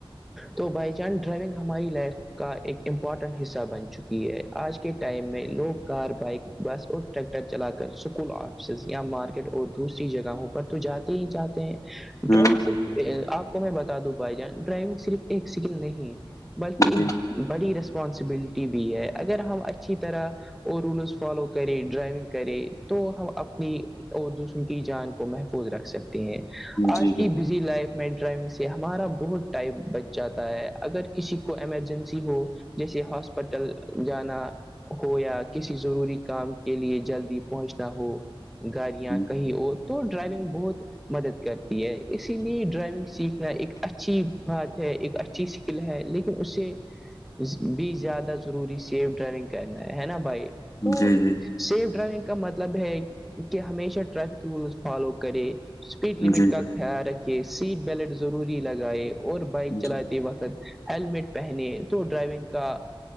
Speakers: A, in the centre; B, on the left.
A: تو بھائی چند ڈرائیونگ ہماری لائف کا ایک امپورٹنٹ حصہ بن چکی ہے آج کے ٹائم میں لوگ کار بائک بس اور ٹریکٹر چلا کر اسکول آفسز یا مارکیٹ اور دوسری جگہوں پر تو جاتے ہی چاہتے ہیں ڈرائونگ
B: ہ
A: صرف آپ کو میں بتا دو بائی جان ڈرائیونگ صرف ایک اسکل نہیں ہے بلکہ
B: جی
A: ایک بڑی رسپانسبلٹی بھی ہے اگر ہم اچھی طرح اور رولز فالو کرے ڈرائیونگ کرے تو ہم اپنی اور دوسروں کی جان کو محفوظ رکھ سکتے ہیں آج
B: جی
A: کی لائف میں ڈرائونگ سے ہمارا بہت ٹائم بچ جاتا ہے اگر کسی کو ایمرجنسی ہو جیسے ہاسپٹل جانا ہو یا کسی ضروری کام کے لیے جلدی پہنچنا ہو گاڑیاں
B: بالکل
A: کہیں اور تو ڈرائیونگ بہت مدد کرتی ہے اسی لیے ڈرائیونگ سیکھنا ایک اچھی بات ہے ایک اچھی اسکل ہے لیکن اسے بھی زیادہ ضروری سیف ڈرائیونگ کرنا ہے نا بھائی
B: جی
A: تو
B: جی
A: سیف ڈرائیونگ کا مطلب ہے کہ ہمیشہ ٹریفک رولس فالو کرے اسپیڈ لمٹ
B: جی
A: کا خیال رکھے سیٹ بیلٹ ضروری لگائے اور بائک
B: بالکل
A: چلاتے
B: جی
A: وقت ہیلمٹ پہنے تو ڈرائیونگ کا